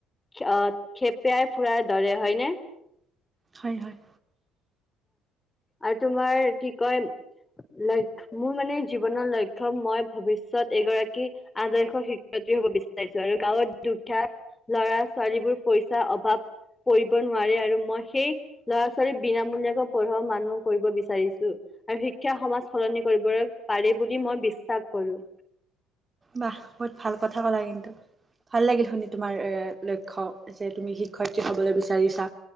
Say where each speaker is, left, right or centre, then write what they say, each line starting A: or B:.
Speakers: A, on the left; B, on the right.
A: খেপ পয়াই ফুৰা ধৰে হয়নে?
B: হয়-হয়।
A: আৰু তোমাৰ কি কয় লক্ষ্য মোৰ মানে জীৱনৰ লক্ষ্য মই ভৱিষত এগৰাকী আদৰ্শ শিক্ষয়িত্ৰী হব বিচাৰিছো আৰু গাঁৱত দুখীয়া লৰা ছোৱালীবোৰ পইচাৰ অভাৱ পৰিব নোৱাৰে আৰু মই সেই লৰা ছোৱালীক বিনামূলীয়া- পঢ়োৱা মানুহ কৰিব বিচাৰিছো আৰু শিক্ষা সমাজ সলনি কৰিব পাৰে বুলি মই বিশ্বাস কৰো।
B: বাহ বহুত ভাল কথা ক'লা কিন্তু। ভাল লাগিল শুনি তোমাৰ এ লক্ষ্য যে তুমি শিক্ষয়িত্ৰী হবলৈ বিচাৰিছা।